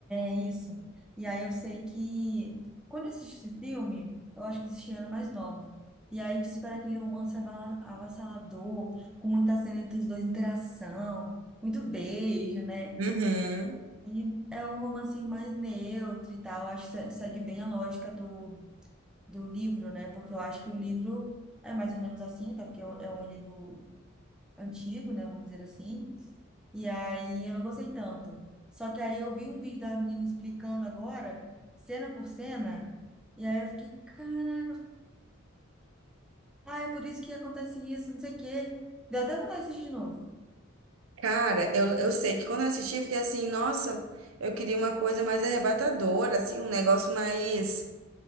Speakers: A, in the centre; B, on the right.
A: é isso. E aí eu sei que quando eu assisti esse filme, eu acho que eu assisti era mais nova. E aí diz para aquele romance ava- avassalador, com muita cena entre os dois, interação, muito beijo, né?
B: Uhum.
A: E é um romancinho mais neutro e tal. Acho que se- segue bem a lógica do, do livro, né? Porque eu acho que o livro é mais ou menos assim, até porque é um é um livro antigo, né? Vamos dizer assim. E aí eu não gostei tanto. Só que aí eu vi um vídeo da menina explicando agora, cena por cena, e aí eu fiquei, caraca, ah, é por isso que acontece isso, não sei o quê. Deu até vontade de assistir de novo.
B: Cara, eu, eu sei que quando eu assisti, eu fiquei assim, nossa, eu queria uma coisa mais arrebatadora, assim, um negócio mais